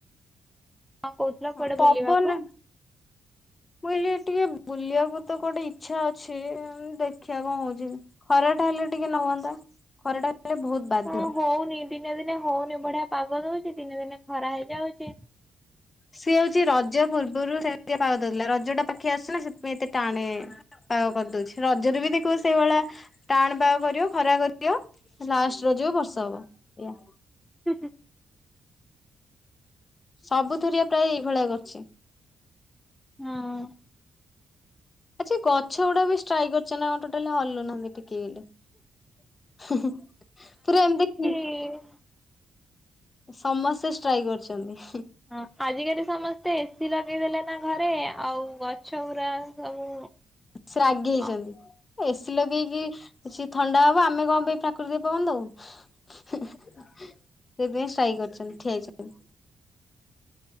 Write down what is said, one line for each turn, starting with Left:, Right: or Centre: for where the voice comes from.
Centre: କହୁଥିଲ କୁଆଡେ
Left: ହଁ ପବନ
Centre: ବୁଲିବାକୁ?
Left: ବୋଇଲି ଟିକେ ବୁଲିବାକୁତ କୁଆଡେ ଇଚ୍ଛା ଅଛି, ଦେଖିବା କଣ ହଉଚି। ଖରାଟା ହେଲେ ଟିକେ ନହୁଅନ୍ତା। ଖରାଟା ହେଲେ ବହୁତ ବାଧିବ।
Centre: ହଁ ହଉନି, ଦିନେ ଦିନେ ହଁଉନି ବଢିଆ ପାଗ ଦଉଚି। ଦିନେ ଦିନେ ଖରା ହେଇଯାଉଚି।
Left: ସିଏ ହଉଚି ରଜ ପୂର୍ବରୁ ସେମିତିଆ ପାଗ ଦଉଥିଲା। ରଜ ଟା ପାଖେଇ ଆସୁଚି ନା ସେଥିପାଇଁ ଏତେ ଟାଣେ ପାଗ କରିଦଉଚି। ରଜରେ ବି ଦେଖିବ ସେଇଭଳିଆ ଟାଣ ପାଗ କରିବ ଖରା କରିବ। ଲାଷ୍ଟ ରଜକୁ ବର୍ଷ ହବ ଏଇଆ।
Centre: ହୁଁ।
Left: ସବୁ ଥରିଆ ପ୍ରାୟ, ଏଇଭଳିଆ କରୁଚି।
Centre: ହୁଁ।
Left: ଆଜି ଗଛ ଗୁଡା ବି ଷ୍ଟ୍ରାଇକ କରିଛନ୍ତି ନା କଣ ଟୋଟାଲି ହଲୁନାହାନ୍ତି। ଟିକେ ହେଲେ, ପୁରା ଏମିତି ଉ
Centre: କିଏ?
Left: ସମସ୍ତେ ଷ୍ଟ୍ରାଇକ କରିଛନ୍ତି।
Centre: ହଁ ଆଜିକାଲି ସମସ୍ତେ ଏସିି ଲଗେଇ ଦେଲେ ନା ଘରେ ଆଉ ଗଛ ଗୁରା ସବୁ
Left: ସେ ରାଗିଯାଇଚନ୍ତି
Centre: ହଁ
Left: ଆ ଏସି ଲଗେଇକି ସିଏ ଥଣ୍ଡା ହବ ଆମେ କଣ ପାଇଁ ପ୍ରାକୃତିକ ପବନ ଦବୁ। ସେଥିାଇଁ ଷ୍ଟ୍ରାଇକ କରିଚନ୍ତି ଠିଆ ହେଇଚନ୍ତି।